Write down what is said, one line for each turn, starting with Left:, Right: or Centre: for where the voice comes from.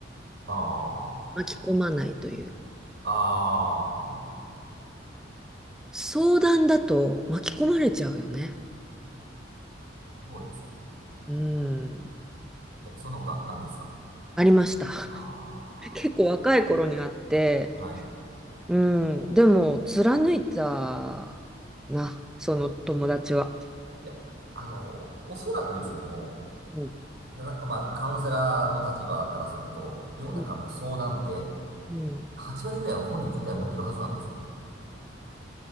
Right: あ
Centre: 巻き込まないという。
Right: あ、ああ、
Centre: 相談だと巻き込まれちゃうよね。
Right: そうですよね。
Centre: うん。
Right: え、そんなことあったんですか
Centre: ありました。<laughs>
Right: あ
Centre: 結構若い頃にあって、
Right: あはい。い
Centre: うん、でも貫いたな、その友達は。
Right: や、あの、おそらくですけども、
Centre: うん。
Right: なまあ、カウンセラーの立場からすると、世の中の相談って、
Centre: うん、うん
Right: 8割ぐらいは本人答え持ってるはずなんですね。